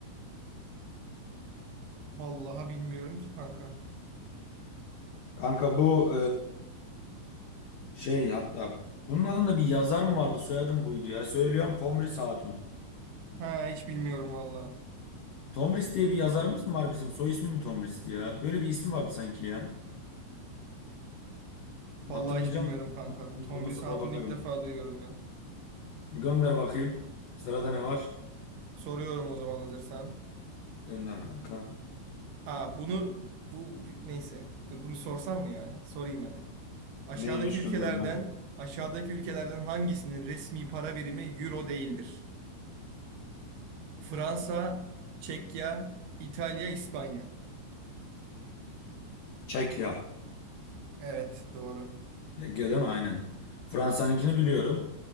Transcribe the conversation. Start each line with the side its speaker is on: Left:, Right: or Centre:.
Right: Vallahi bilmiyorum ki kanka.
Left: Kanka bu Şey hatta bunun adında bir yazar mı vardı soyadım buydu ya. Söylüyorum Tomris Hatun.
Right: Ha hiç bilmiyorum vallahi.
Left: Tomris diye bir yazarımız mı var bizim? Soy ismi mi Tomris'ti ya? Böyle bir ismi vardı sanki ya.
Right: Vallahi
Left: Hatırlayacağım
Right: hiç bilmiyorum
Left: da
Right: kanka.
Left: <laughs>
Right: Tomris
Left: onu sonra
Right: Hatun'u
Left: bakarım.
Right: ilk defa duyuyorum ben.
Left: Gönder bakayım. Sırada ne var?
Right: Soruyorum o zaman hazırsan.
Left: Gönder kanka.
Right: Aa bunu bu neyse. Dur bunu sorsam mı ya? Sorayım hadi. Aşağıdaki
Left: Neymiş
Right: ülkelerden
Left: gönder.
Right: aşağıdaki ülkelerden hangisinin resmi para birimi euro değildir? Fransa, Çekya, İtalya, İspanya.
Left: Çekya.
Right: Evet doğru.
Left: Çekya değil mi? Aynen. Fransa'nınkini biliyorum.